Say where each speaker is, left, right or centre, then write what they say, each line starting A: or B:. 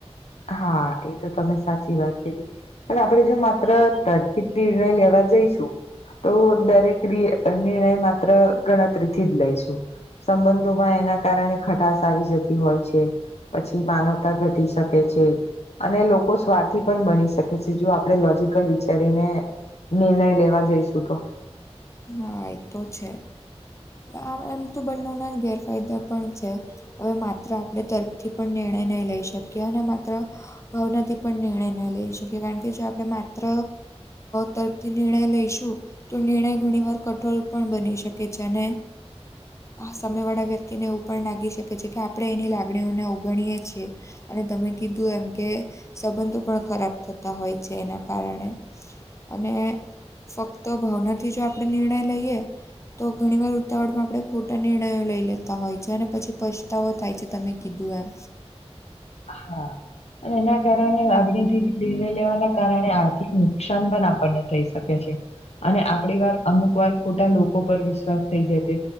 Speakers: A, on the left (about 70°); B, on the left (about 25°).
A: હા એ તો તમે સાચી વાત કીધી પણ આપણેે જો માત્ર તરકી જ નિર્ણય લેવા જઈશું તો દરેક નિ નિર્ણય માત્ર ગણતરી થી જ લઈશું સંબંધોમાં એના કારણે ખટાસ આવી જતી હોય છે પછી માનવતા ઘટી શકે છે. અને લોકો સ્વાર્થી પણ બની શકે છે જો આપણે લોજકલ વિચારીને નિર્ણય લેવા જઈશું તો
B: <unintelligible> તો છે આ એમ તો બનાવનાર ગેરફાયદા પણ છે હવે માત્ર આપણે તરફથી પણ નિર્ણય નહી લઈ શકીએ અને માત્ર ભાવનાથી પણ નિર્ણય ન લઈ શકીએ કારણ કે જો આપણે માત્ર તરફથી નિર્ણય લઈશું તો નિર્ણય ઘણી વાર કઠોર પણ બની શકે છે અને સમયવાળા વ્યક્તિને એવું પણ લાગી શકે છે કે આપણે એની લાગણીઓને અવગણીએ છીએ અને તમે કીધું એમ કે સંબંધો પણ ખરાબ થતા હોય છે એના કારણે અને ફક્ત ભાવનાથી જો આપણે નિર્ણય લઈએ તો ઘણીવાર ઉતાવળમાં આપણે ખોટા નિર્ણયો લઈ લેતા હોય છે અને પછી પછ્તાવો થાય છે તમે કીધું એમ
A: હા અને એના કારણે લાગણીથી નિર્ણય લેવાના કારણે આર્થિક નુકસાન પણ આપણને થઈ શકે છે અને આપડી વાર અમુક વાર ખોટા લોકો પર વિશ્વાસ થઈ જશે